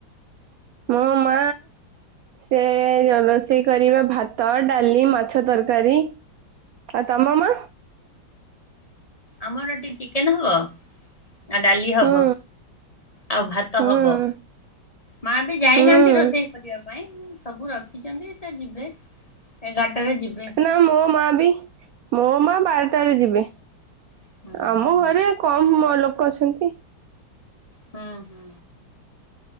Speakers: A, on the right (about 80°); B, on the left (about 20°).
A: ମୋମ। ସେ ରୋଷେଇ କରିବା ଭାତ ଡାଲି ମାଛ ତରକାରୀ ଆ ତମାମ
B: ଆମର ଏଟି ଚିକେନ ହବ ଆ ଡାଲି ହବ
A: ହୁଁ
B: ଆଉ ଭାତ
A: ହୁଁ
B: ହବ ମା ବି ଯାାଇନାହାନ୍ତି
A: ହୁଁ
B: ରୋଷେଇ କରିବା ପାଇଁ ସବୁ ରଖିଛନ୍ତି ସେ ଯିବେ ଏଗାରଟାରେ ଯିବେ।
A: ନା ମୋ ମା ବି ମୋ ମା ବାରଟାରେ ଯିବେ
B: ହୁଁ ହୁଁ
A: ଆମ ଘରେ କମ ଲୋକ ଅଛନ୍ତି।
B: ହୁଁ।